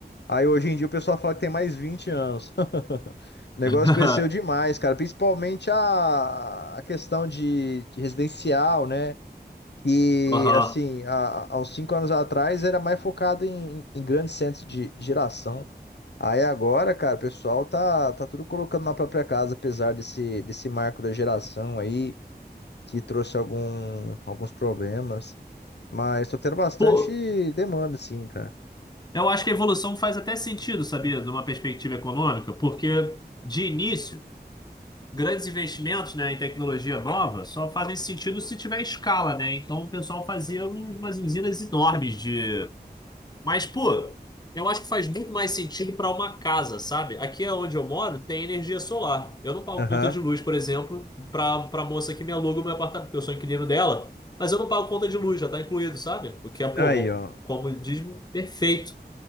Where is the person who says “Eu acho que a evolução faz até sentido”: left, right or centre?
Left